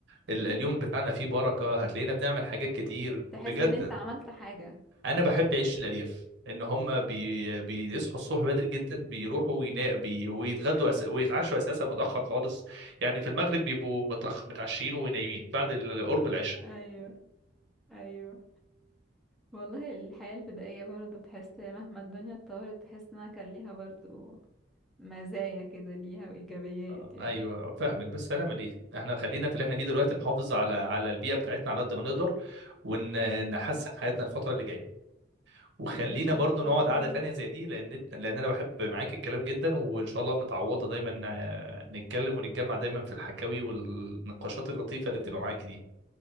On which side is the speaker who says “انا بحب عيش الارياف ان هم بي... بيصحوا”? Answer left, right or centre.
Right